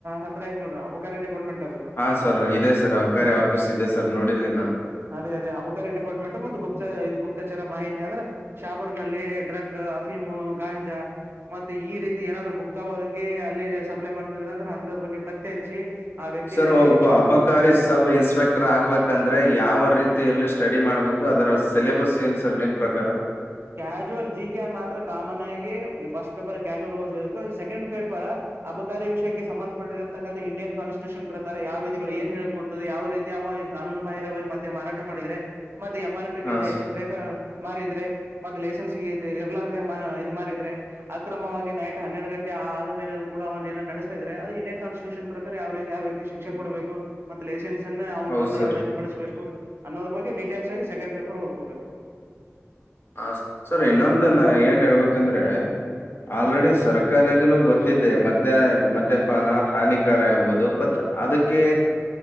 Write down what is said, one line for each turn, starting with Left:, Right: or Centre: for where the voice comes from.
Right: ಹತ್ರ ಆಯ್ ನೋಡ್ರ ಅಬಕಾರಿ ಡಿಪಾರ್ಟ್ಮೆಂಟ್ ಅದು
Left: ಹಾ ಸರ್ ಇದೆ ಸರ್ ಅಬಕಾರಿ
Right: ಹ
Left: ಆಫೀಸ್ ಇದೆ ಸರ್ ನೋಡಿದ್ದೀ ನಾನು
Right: ಅದೇ ಅದ ಅಬಕಾರಿ ಡಿಪಾರ್ಟ್ಮೆಂಟ್ ಮ ಗು ಗುಪ್ ಇದು ಗುಪ್ತಚರ ಮಾಹಿತಿ ಅಂದ್ರೆ ಶಾಪೂರ್ ನಲ್ಲಿ ಡ್ರಗ್ ಅಫೀಮ ಗಾಂಜಾ ಮತ್ತೆ ಈ ರೀತಿ ಏನಾದ್ರು ಗುಪ್ತವಾಗಿ ಅಲ್ಲಿ ಸಪ್ಲೈ ಮಾಡ್ತಿದ್ರ ಅಂದ್ರೆ ಅಂಂತದ ಬಗ್ಗೆ ಪತ್ತೆ ಹಚ್ಚಿ ಆ ವ್ಯಕ್ತಿಗಳಿಗೆ
Left: ಸರ್ ಒಬ್ಬ
Right: ಶಿಕ್ಷೆ ಕೊಡುವಂತ
Left: ಅಬಕಾರಿ
Right: ಕೆಲಸ
Left: ಸಬ್ ಇನ್ಸ್ಪೆಕ್ಟರ್ ಆಗ್ಬೇಕಂದ್ರೆ ಯಾವ ರೀತಿಯಲ್ಲಿ ಸ್ಟಡಿ ಮಾಡ್ಬೇಕು ಅದರ ಸಿಲೆಬಸ್ ಏನ್ ಸರ್ ನಿಮ್ ಪ್ರಕಾರ
Right: ಕ್ಯಾಶುವಲ್ ಜಿ ಕೆ ಮಾತ್ರ ಕಾಮನ್ ಆಗಿ ಈ ಫಸ್ಟ್ ಪೇಪರ್ ಕ್ಯಾಶುವಲ್ ಓದ್ಬೇಕು ಸೆಕೆಂಡ್ ಪೇಪರ್ ಅಬಕಾರಿ ವಿಷಯಕ್ಕೆ ಸಂಬಂಧಪಟ್ಟಿರತಕ್ಕಂಥ ಇಂಡಿಯನ್ ಕಾನ್ಸ್ಟಿಟ್ಯೂಷನ್ ಪ್ರಕಾರ ಯಾವ ವಿಧಿಗಳು ಏನ್ ಹೇಳಕೊಡ್ತದೆ ಯಾವ ರೀತಿಯ ಕಾನೂನು ಬಾಹರವಾಗಿ ಮತ್ತೆ ಮಾರಾಟ ಮಾಡಿದ್ರೆ ಮತ್ತೆ ಎಂ ಆರ್ ಪಿಂತ
Left: ಹಾ ಸರ್
Right: ಹೆಚ್ಚಿನ ರೇಟ್ ಮಾರಿದ್ರೆ ಮತ್ತ ಲೈಸೆನ್ಸ್ ಎರ್ಲಾರ ಇದು ಮಾರಿದ್ರೆ ಅಕ್ರಮವಾಗಿ ನೈಟ್ ಹನ್ನೆರಡು ಗಂಟೆ ಆದ ಮೇಲ ಕೂಡ ನಡೆಸ್ತ ಇದ್ರೆ ಅ ಇಂಡಿಯನ್ ಕಾಸ್ಟಿಟ್ಯೂಷನ್ ಪ್ರಕಾರ ಯಾವ ರೀತಿ ಯಾವ ವ್ಯಕ್ತಿ ಶಿಕ್ಷ ಕೊಬೇಕು ಮತ್ತು ಲೈಸೆನ್ಸ್ ಅವನ
Left: ಹೌದು
Right: ರದ್ದು
Left: ಸರ್
Right: ಯಾವ ರೀತಿ ಪಡಿಸ್ಬೇಕು ಅನ್ನೋದ್ರ ಬಗ್ಗೆ ಡೀಟೇಲ್ಸ್ ಆಗಿ ಸೆಕೆಂಡ್ ಪೇಪರ್ ಓದ್ಕೋಬೇಕು
Left: ಹ ಸರ್ ಇನ್ನೊಂದು ನ ಏನ್ ಹೇಳ್ಬೇಕಂದ್ರೆ ಆಲ್ರೆಡಿ ಸರ್ಕಾರಗನುೂ ಗೊತ್ತಿದೆೆ ಮದ ಮದ್ಯಪಾನ ಹಾನಿಕಾರ ಎಂಬುದು ಬತ್ ಅದಕ್ಕೆ